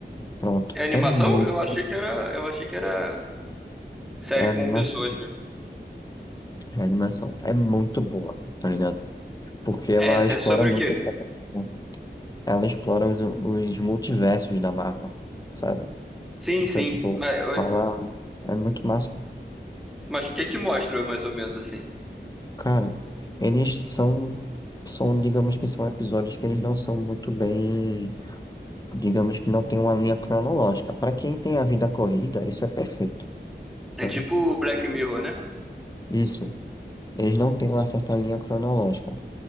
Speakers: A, on the left; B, in the centre.
A: Pronto,
B: É animação?
A: é muito.
B: Eu achei que era, eu achei que era série
A: É animação,
B: com pessoas mesmo.
A: é animação, é muito boa, tá ligado? Porque ela
B: É,
A: explora
B: é sobre
A: muito
B: o quê?
A: essa questão. Ela explora os, os multiversos da Marvel, sabe?
B: Sim,
A: Então,
B: sim.
A: tipo,
B: Mas,
A: fala. É muito massa
B: mas o que que mostra mais ou menos assim?
A: Cara, eles são, são, digamos que são episódios que eles não são muito bem, digamos que não tem uma linha cronológica. Para quem tem a vida corrida, isso é perfeito,
B: É
A: sabe?
B: tipo Black Mirror, né?
A: Isso, eles não têm uma certa linha cronológica.